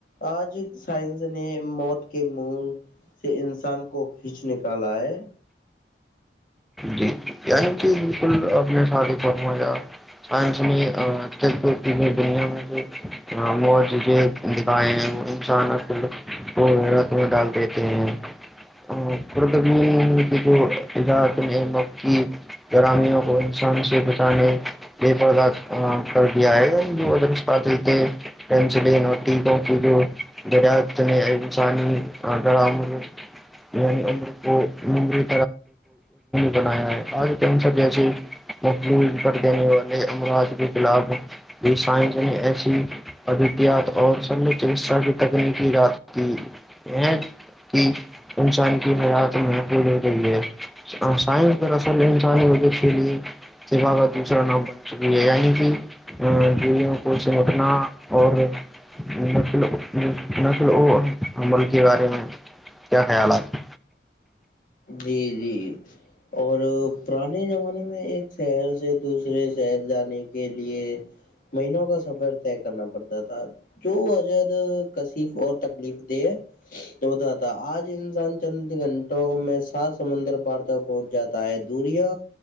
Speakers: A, on the left; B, in the centre.
A: آج سائنس نے موت کے مو سے انسان کو کھینچ نکالا ہے
B: جی ہاں جی بالکل اپ نے شادی فرمایا پنچمی ٹیک بکتی کی دنیا میں جو معجزے دکھائے ہیں انسان اب رت میں ڈال دیتے ہیں <unintelligible> گرامیوں کو انسان سے بچانے بے پردہ کر دیا ہے گلبوروس پاٹل کے <unintelligible> <inaudible> یعنی ان کو <unintelligible> بنایا ہے آج جسے محبول کر دینے والے امراض کے خلاف یہ سائنس نے ایسی ادیٹیات اور سبمٹ انسٹرکٹ تکنیکی رات کی یہ کہ انسان کی حیات محفوظ ہو گئی ہے ہ سائنس دراصل انسانی مدد کے لیے سیوا کا دوسرا نام بن چکی ہے یعنی کہ ا دیویوں کو سمٹنا اور نسل نسل ا ملک کے بارے میں کیا خیالات
A: جی جی اور پرانے زمانے میں ایک شہر سے دوسرے شہر جانے کے لیے مہینوں کا سفر طے کرنا پڑتا تھا جو عجد کشف اور تکلیف دے ہوتا تھا آج انسان چند گھنٹوں میں سات سمندر پار تک پہنچ جاتا ہے دوریا